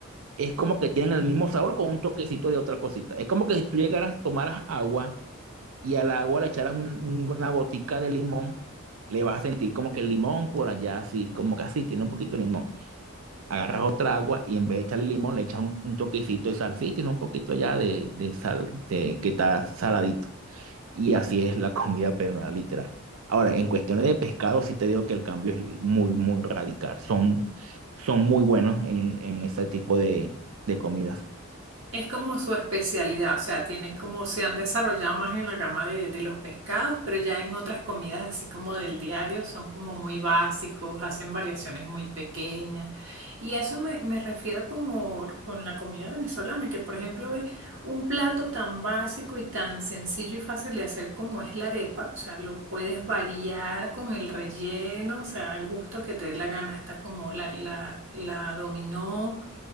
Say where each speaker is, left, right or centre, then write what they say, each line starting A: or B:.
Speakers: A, on the right; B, on the right.
A: es como que tienen el mismo sabor con un toquecito de otra cosita. Es como que si tú llegaras, tomaras agua y al agua le echaras un- una gotica de limón, le vas a sentir como que el limón por allá, así, como que así, tiene un poquito de limón. Agarras otra agua y en vez de echarle limón, le echas un, un toquecito de sal, sí, tiene un poquito allá de, de sal, de, que está saladito. Y así es la <laughs> comida peruana, literal. Ahora, en cuestiones de pescado, sí te digo que el cambio es muy, muy radical. Son, son muy buenos en, en ese tipo de, de comidas.
B: Es como su especialidad, o sea, tienen como se han desarrollado más en la gama de, de los pescados, pero ya en otras comidas así como del diario son como muy básicos, hacen variaciones muy pequeñas. Y a eso me, me refiero como con la comida venezolana, que por ejemplo es un plato tan básico y tan sencillo y fácil de hacer como es la arepa, o sea, lo puedes variar con el relleno, o sea, el gusto que te dé la gana, está como la, la, la dominó